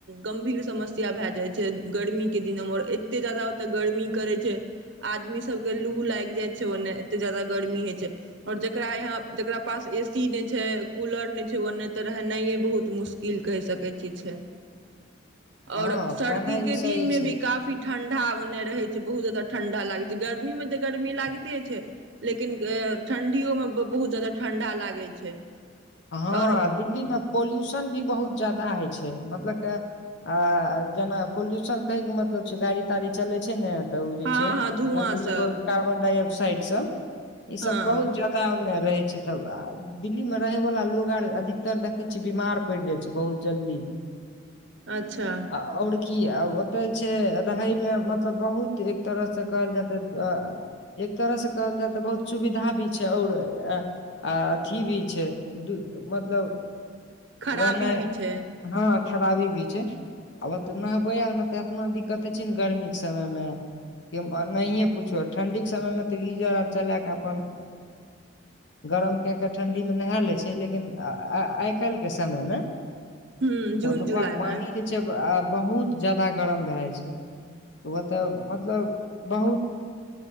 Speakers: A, on the right (about 70°); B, on the left (about 65°).
A: गमभीर समस्या भए जाइ छै गर्मीके के दिनमे आओर एतेक जादा ओतय गर्मी करै छै, आदमी सबके लू लागि जाइ छै ओनय, एतेक जादा गर्मी होइ छै और जकरा यहां जकरा पास ए सी नहि छै कुलर नहि छै ओनय त रहनाइए बहुत मुश्किल कहि सकै छियै छै। और
B: हँ
A: सरदी
B: कहनाइ
A: के
B: ई सही
A: दिनमे
B: छै
A: भी का ठंढा ओनय रहै छै बहुत ज्यादा ठंढा लागै छै, गर्मीमे त गर्मी लागिते छै, लेकिन ठंढ़ियो मे बहुत ज्यादा ठंढा लागैत छै।
B: हां,
A: और
B: दिल्ली मे पोल्यूशन भी बहुत जादा होइ छै मतलब के आ जेना पोल्यूशन कहैके मतलब छै गाड़ी ताड़ी चलै छै ने त ओ जे
A: हँ
B: छै
A: हँ धुआँ
B: गन्दगी
A: सब
B: बहुत कार्बनडाईऑक्साइड साइड सं इ
A: हँ
B: सब बहुत जगह रहै छै तब, आ दिल्ली मे रहै वला लोग और अधिकतर देखै छियै बीमार पड़ि जाइ छै, बहुत जल्दी।
A: अच्छा
B: आ और की औ ओतै छै रहे मे मतलब बहुत एक तरह से कहल जाय ते एक तरह से कहल जाय ते बहुत सुविधा भी छै और अथि भी छै, दू त मतलब
A: खराबी
B: रहनाइ
A: भी छै।
B: हँ खराबी भी छै, आब ओतना भयानक गरमी मे ते एतना दिक्कत होइ छै ने गर्मी के समय मे, कि नहिये पुछु ठंडी के समय में ते गीजर और चला के अपन गरम क के ठंडी मी मे नहा लै छै लेकिन आइ आइ काल्हि के समय मे
A: ह जून
B: ओतुका
A: जुलाई
B: पानि
A: मे
B: जे छै ने आब बहुत जादा गरम भए जाइ छै। ओत मतलब बहुत